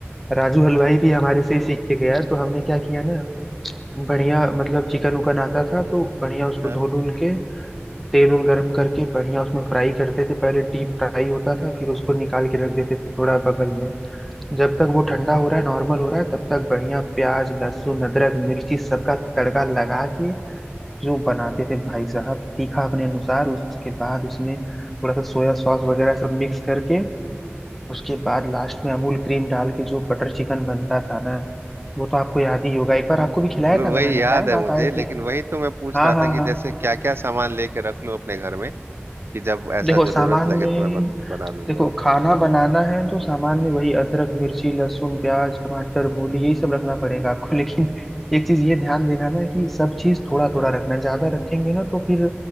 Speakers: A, in the centre; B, on the right.
A: राजू हलवाई भी हमारे से ही सीख के गया तो हमने क्या किया ना बढ़िया मतलब चिकन उकन आता था तो बढ़िया उसको
B: हाँ,
A: धो लुल के तेल उल गरम करके बढ़िया उसमें फ्राई करते थे पहले डीप फ्राई होता था फिर उसको निकाल के रख देते थे थोड़ा बगल में जब तक वो ठंडा हो रहा है नॉर्मल हो रहा है तब तक बढ़िया प्याज लहसुन अदरक मिर्ची सबका तड़का लगा के जो बनाते थे भाई साहब तीखा अपने अनुसार उसके बाद उसमें थोड़ा सा सोया सॉस वगैरह सब मिक्स करके उसके बाद लास्ट में अमूल क्रीम डाल के जो बटर चिकन बनता था ना वो तो आपको याद ही होगा एक बार आपको भी खिलाया
B: वो-
A: था
B: वही
A: ना मैंने
B: याद
A: शायद
B: है मुझे
A: आप आए
B: लेकिन
A: थे
B: वही तो मैं पूछ
A: हाँ
B: रहा
A: हाँ
B: था कि
A: हाँ
B: जैसे क्या क्या सामान लेके रख लूं अपने घर में कि जब ऐसा
A: देखो सामान
B: जरूरत लगे
A: में
B: तो मैं बन, बना लूंगा
A: देखो खाना बनाना है तो सामान में वही अदरक मिर्ची लहसुन प्याज टमाटर मूली यही सब रखना पड़ेगा आपको <laughs> लेकिन एक चीज ये ध्यान देना ना कि सब चीज थोड़ा थोड़ा रखना ज्यादा रखेंगे ना तो फिर